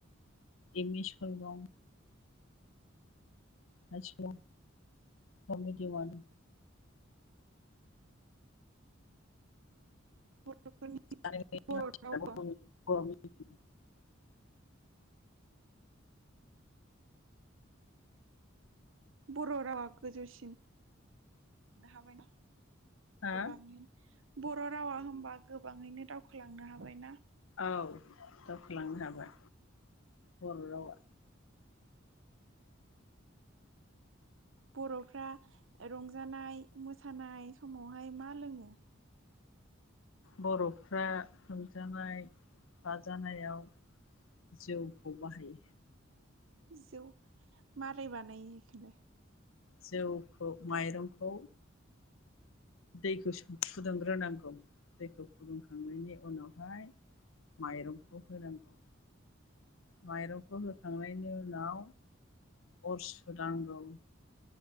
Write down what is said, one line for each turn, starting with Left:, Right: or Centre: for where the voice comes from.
Left: M E school दं। मानसिफोरा बर' मेडियामाव <unintelligible>
Right: बर'फोरनि बर' रावा बर' रावा गोजौसिन हाबायना
Left: हा
Right: गोबां बर' रावा होनबा गोबाङैनो दावखोलांनो हाबायना?
Left: औ दावखोलांनो हाबाय बर' रावा।
Right: बर'फ्रा रंजानाय मोसानाय समावहाय मा लोङो?
Left: बर'फ्रा रंजानाय बाजानायाव जौखौ बाहायो।
Right: जौ मारै बानायो इखोलाय?
Left: जौखौ माइरंखौ दैखौ फुदुंग्रोनांगौ दैखौ फुदुंखांनायनि उनावहाय माइरंखौ होनांगौ माइरंखौ होखांनायनि उनाव अर सुनांगौ